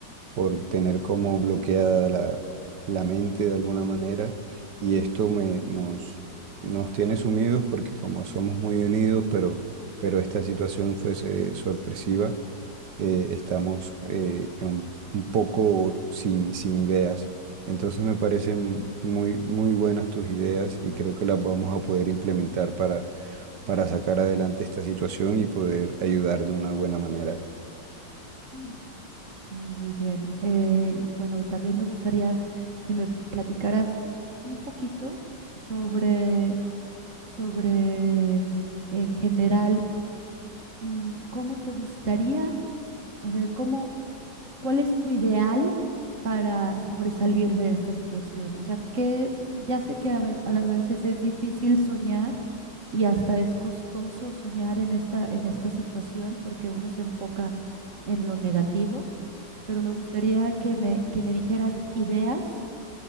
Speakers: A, on the right (about 70°); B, on the right (about 45°).
A: por tener como bloqueada la, la mente de alguna manera y esto me, nos, nos tiene sumidos porque como somos muy unidos, pero pero esta situación fuese sorpresiva, eh, estamos eh, en un, un poco sin, sin ideas. Entonces me parecen muy, muy buenas tus ideas y creo que las vamos a poder implementar para, para sacar adelante esta situación y poder ayudar de una buena manera.
B: Mm, Muy bien. Eh, bueno, también me gustaría que me platicaras un poquito sobre, sobre en general, mm, cómo te gustaría, o sea, cómo ¿Cuál es tu ideal para sobresalir de esta situación? O sea, que ya sé que a ve- a la- a veces es difícil soñar y hasta es costoso soñar en esta, en esta situación porque uno se enfoca en lo negativo, pero me gustaría que me, que me dijeras ideas